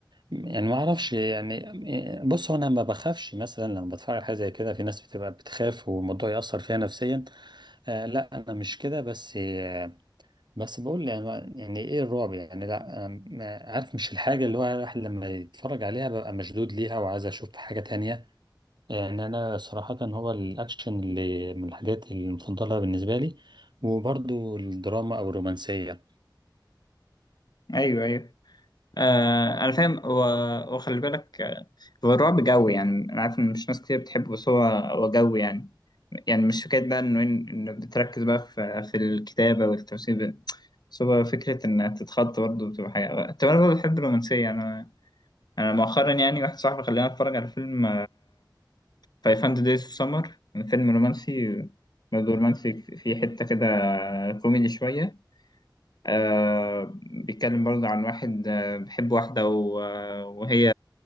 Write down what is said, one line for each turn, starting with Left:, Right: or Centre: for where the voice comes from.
Right: يعني ما أعرفش يعني بصوا أنا ما بخافش مثلا لما بتفرج على حاجة زي كده في ناس بتبقى بتخاف والموضوع يأثر فيها نفسيا آه لا انا مش كده بس آه بس بقول يعني يعني ايه الرعب يعني لا أنا ما- عارف مش الحاجه اللي هو الواحد لما يتفرج عليها ببقى مشدود ليها وعايز اشوف حاجه تانية يعني انا صراحه هو الاكشن اللي من الحاجات المفضله بالنسبه لي وبرضو الدراما او الرومانسيه
Left: أيوه أيوه آه، انا فاهم هو- وخلي بالك آه، هو الرعب جوي يعني انا عارف ان مش ناس كتير بتحبه بس هو هو جوي يعني يعني مش فكره بقى انه إن إن بتركز بقى في في الكتابه والتمثيل بس هو فكره انها تتخض برضه بتبقى حاجه طب انا برضه بحب الرومانسيه يعني انا انا مؤخرا يعني واحد صاحبي خلاني اتفرج على فيلم فايف هاندرد دايز اوف سمر فيلم رومانسي برضه رومانسي فيه حته كده كوميدي شويه آه بيتكلم برضه عن واحد آه بيحب واحدة و- آه، وهي